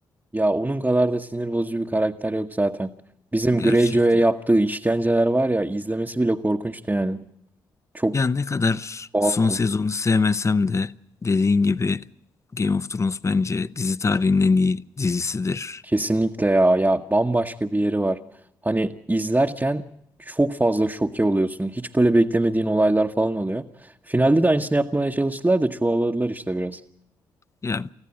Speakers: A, on the right; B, on the left.
A: Ya onun kadar da sinir bozucu bir karakter yok zaten. Bizim
B: Gerçekten.
A: Greyjoy'a yaptığı işkenceler var ya izlemesi bile korkunçtu yani. Çok
B: Ya ne kadar
A: tuhaftı.
B: son sezonu sevmesem de dediğin gibi Game of Thrones bence dizi tarihinin en iyi dizisidir.
A: Kesinlikle ya ya bambaşka bir yeri var. Hani izlerken çok fazla şoke oluyorsun. Hiç böyle beklemediğin olaylar falan oluyor. Finalde de aynısını yapmaya çalıştılar da çuvalladılar işte biraz.
B: Ya